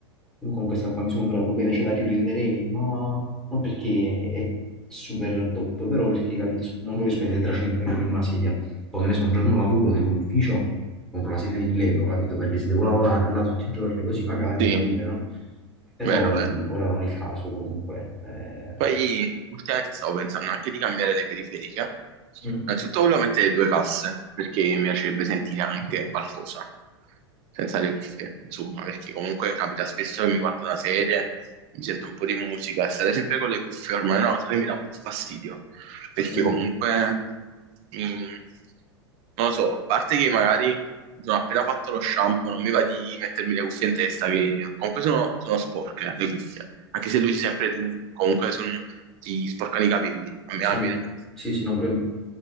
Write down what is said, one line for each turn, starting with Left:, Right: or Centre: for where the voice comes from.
Centre: con questa qua mi sono trovato bene, ce la riprenderei, ma non perché è, è super top, però perché, capito, non voglio spendere 300 euro per una sedia. Poi, che ne so, un giorno lavoro, tengo l'ufficio, compro la sedia di 1000 euro, capito? Perché se devo lavorare là tutti i giorni, così magari,
Right: sì,
Centre: per dire, no? Però
Right: vero, vero.
Centre: mh, ora non è il caso, comunque. eh,
Right: Poi ultimamente stavo pensando anche di cambiare le periferiche.
Centre: Mm.
Right: Innanzitutto volevo mettere due casse, perché mi piacerebbe sentire anche qualcosa, senza le cuffie, insomma, perché comunque capita spesso che mi guardo una serie, mi sento un po' di musica, e stare sempre con le cuffie ormai è una cosa che mi dà un po' fastidio, perché
Centre: capito?
Right: comunque, mm, non lo so, a parte che magari mi sono appena fatto lo shampoo, non mi va di mettermi le cuffie in testa, che comunque sono, sono sporche le cuffie anche se lui si sempre tu, comunque son- ti sporcano i capelli, a me
Centre: Sì,
Right: almeno
Centre: sì, sì, no, pure a me.